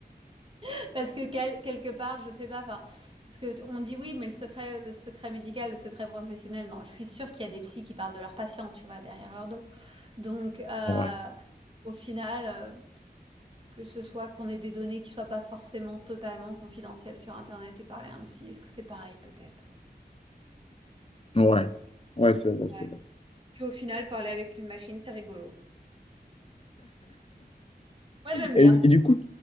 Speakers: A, on the right; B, on the left.
A: <laughs> Parce que quel- quelque part, je sais pas, enfin, parce que t- on dit oui, mais le secret, le secret médical, le secret professionnel, non, je suis sûre qu'il y a des psys qui parlent de leurs patients, tu vois, derrière leur dos. Donc, euh,
B: ouais,
A: au final. euh, Que ce soit qu'on ait des données qui soient pas forcément totalement confidentielles sur internet et parler à un psy, est-ce que c'est pareil peut-être?
B: ouais, ouais, c'est vrai,
A: Ouais.
B: c'est vrai.
A: Puis au final, parler avec une machine, c'est rigolo. Moi j'aime
B: Et,
A: bien.
B: et du coup,